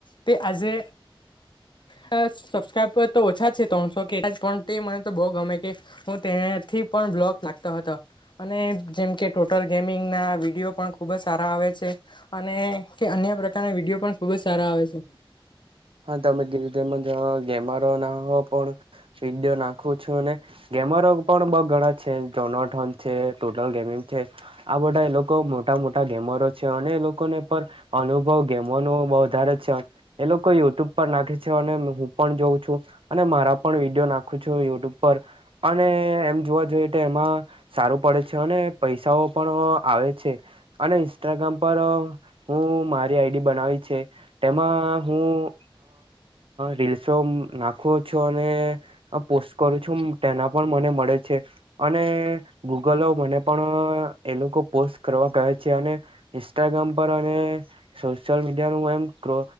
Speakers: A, on the left (about 55°); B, on the right (about 70°).
A: તે આજે હ સબસ્ક્રાઈબર તો ઓછા છે ત્રણસો કે પણ તે મને તો બહુ ગમે કે હું તેને થી પણ બ્લોક લાગતા હતા અને જેમ કે ટોટલ ગેમિંગ ના વિડીિયો પણ ખુબ જ સારા આવે છે અને કે અન્ય પ્રકારના વિડીિયો પણ ખુબ જ સારા આવે છે
B: હા તમે ગીરધમાં જ ગેમા રહ ના હો પણ વિડીયો નાખું છું અને ગેમરો પણ બ ઘણા છે જોનથોન છે ટોટલ ગેમિંગ છે આ બધા એ લોકો મોટા મોટા ગેમરો છે અને એ લોકોને પણ અનુભવ ગમવાનો બહ વધારે છે એ લોકો યુટ્યુબ પર નાખે છે અને હું પણ જોઉં છું અને મારા પણ વિડીયો નાખું છું યુટ્યુબ પર અને એમ જોવા જોઈએ તો એમાં સારું પડે છે અને પૈસાઓ પણ આવે છે અને ઇન્સ્ટાગ્રામ પર હું મારી આઈડી બનાવી છે તેમાં હું રીલ્સો નાખું છું અને હ પોસ્ટ કરું છું તેના પણ મને મળે છે અને ગૂગલો મને પણ એ લોકો પોસ્ટ કરવા કહે છે અને ઇન્સ્ટાગ્રામ પર અને સોશિયલ મીડિયા ન એમ ક્રો